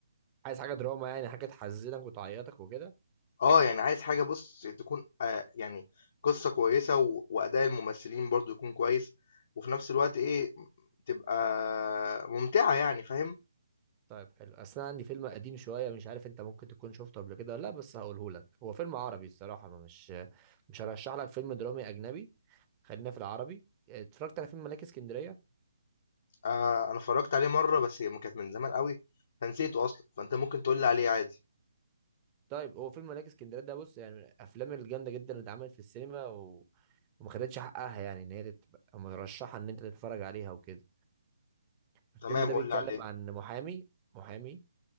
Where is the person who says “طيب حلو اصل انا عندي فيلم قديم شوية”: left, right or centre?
Right